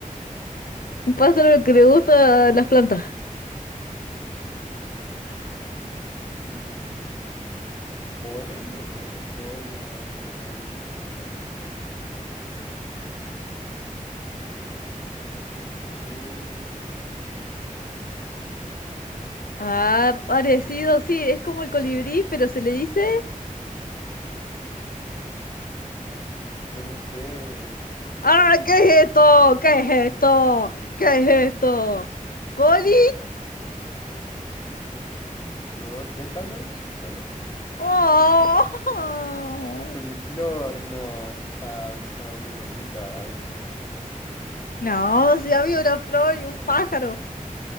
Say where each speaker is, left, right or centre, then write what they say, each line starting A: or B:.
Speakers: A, on the left; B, on the left.
A: Un pájaro que le gusta las plantas.
B: Mm, polen, no sé, polen, abejas, como qué,
A: Ah, parecido, sí, es como el colibrí, pero se le dice.
B: no lo sé.
A: ¡Ah, qué es esto! ¿Qué es esto? ¿Qué es esto? ¿Coli?
B: Flor, pétalos, pétalos.
A: ¡Oh!
B: Coliflor,
A: <laughs>
B: no, chao, eso estaba muy complicado de adivinar.
A: No, si había una flor y un pájaro.